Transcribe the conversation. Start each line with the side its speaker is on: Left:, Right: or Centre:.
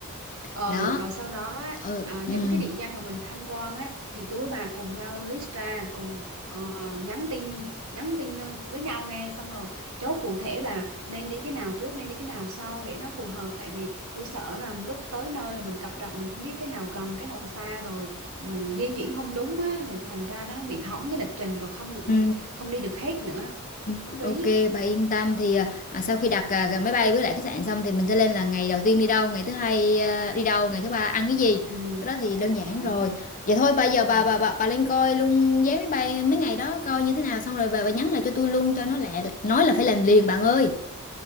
Right: Ừ
Left: đó,
Right: rồi sau đó á,
Left: ừ,
Right: à, những
Left: ừm.
Right: cái địa danh mà mình tham quan á thì tụi bà cùng nhau list ra cùng ờ, nhắn tin nhắn tin nhau- với nhau nghe xong rồi chốt cụ thể là nên đi cái nào trước nên đi cái nào sau để nó phù hợp tại vì tôi sợ là lúc tới nơi rồi mình cập rập mình không biết cái nào gần cái nào xa rồi mà di chuyển không đúng á thì thành ra nó bị hỏng cái lịch trình rồi không được
Left: Ừ.
Right: đi không đi được hết nữa
Left: Ừ,
Right: nó phí
Left: Ok, bà yên tâm thì à, à, sau khi đặt à, cái máy bay với lại khách sạn xong thì mình sẽ lên là ngày đầu tiên đi đâu, ngày thứ hai à, đi đâu, ngày thứ ba ăn cái gì.
Right: ừ,
Left: Cái đó thì đơn giản
Right: đúng
Left: rồi. Vậy thôi bây giờ bà
Right: rồi
Left: bà bà, bà lên coi luôn vé máy bay mấy ngày đó coi như thế nào xong rồi bà, bà nhắn lại cho tôi luôn cho nó lẹ nói là phải làm liền bạn ơi.